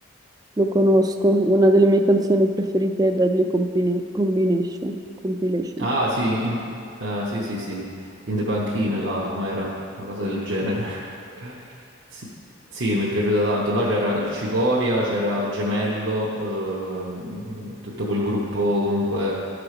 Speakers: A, on the right; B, on the right.
A: lo conosco, una delle mie canzoni preferite è Deadly Compine- Combination. Compilation.
B: Ah, sì, in- ah, sì, sì, sì, in the panchine là, com'era? Una cosa del genere. <laughs> Sì, sì, mi è piaciuta tanto. Là c'era il Cicoria, c'era Gemello, ehm, tutto quel gruppo comunque.